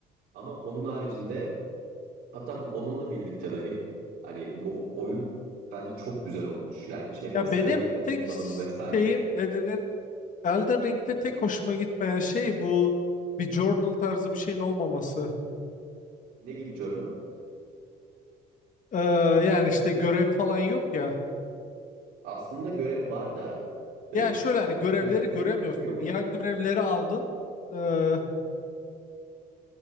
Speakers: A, on the right; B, on the left.
A: Ama onun haricinde Hatta bu onunla birlikte dahi hani bu oyun bence çok güzel olmuş. Yani çevresel
B: Ya benim
A: öğelerin
B: tek
A: kullanımı vesaire.
B: şeyim ne denir? Elden Ring'de tek hoşuma gitmeyen şey bu bir journal tarzı bir şeyin olmaması.
A: Ne gibi Journal?
B: Ee, yani işte görev falan yok ya.
A: Aslında görev var da e,
B: Yani şöyle hani görevleri
A: görev seçmesi
B: göremiyorsun.
A: yok.
B: Yan görevleri aldın. Ee,